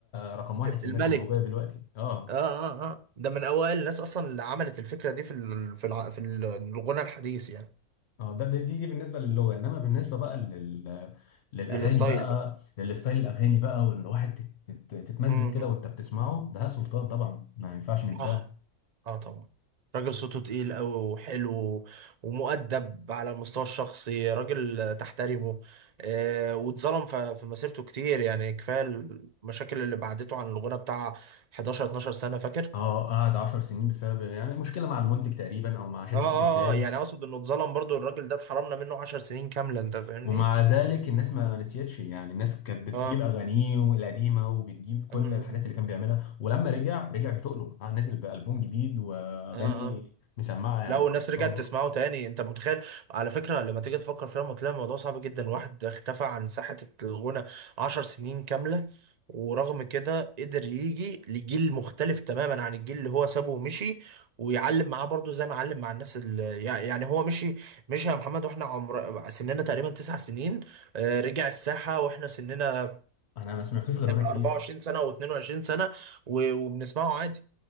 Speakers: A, on the left (about 55°); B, on the right (about 55°).
A: رقم واحد في
B: الملك
A: الناس اللي موجودة دلوقتي اه
B: اه اه اه ده من اوائل الناس اصلا اللي عملت الفكرة دي في ال- في الع... في ال- الغنى الحديث يعني
A: اه ده دي دي دي بالنسبة للغة انما بالنسبة بقى لل للاغاني
B: للستايل
A: بقى
B: بقى
A: للستايل الاغاني بقى وان الواحد تت- تت- تتمزج
B: مم.
A: كده وانت بتسمعه بهاء سلطان طبعا ما ينفعش ننساه
B: اه اه طبعا راجل صوته تقيل قوي وحلو ومؤدب على المستوى الشخصي راجل تحترمه آه واتظلم ف- في مسيرته كتير يعني كفاية المشاكل اللي بعدته عن الغنى بتاع 11 12 سنة فاكر
A: اه قعد 10 سنين بسبب يعني مشكلة مع المنتج تقريبا او مع شركة
B: اه اه
A: الانتاج
B: آه، يعني اقصد انه اتظلم برضو الراجل ده اتحرمنا منه 10 سنين كاملة انت فاهمني
A: ومع ذلك الناس ما نسيتش يعني الناس كانت بتجيب
B: اه
A: اغانيه القديمه وبتجيب كل
B: اه
A: الحاجات اللي كان بيعملها ولما رجع رجع بتقله آه، نزل بألبوم جديد واغاني
B: اه آه.
A: مسمعه يعني
B: لا والناس
A: ما
B: رجعت
A: شاء الله
B: تسمعه تاني انت متخيل على فكره لما تيجي تفكر فيها لما تلاقي الموضوع صعب جدا واحد اختفى عن ساحه الغنى عشر سنين كامله ورغم كده قدر يجي لجيل مختلف تماما عن الجيل اللي هو سابه ومشي ويعلم معاه برضه زي ما علم مع الناس اللي يعني هو مشي مشي يا محمد واحنا عمر سننا تقريبا تسع سنين آه، رجع الساحه واحنا سننا
A: انا ما سمعتوش غير وانا كبير
B: 24 سنه و22 سنه و- وبنسمعه عادي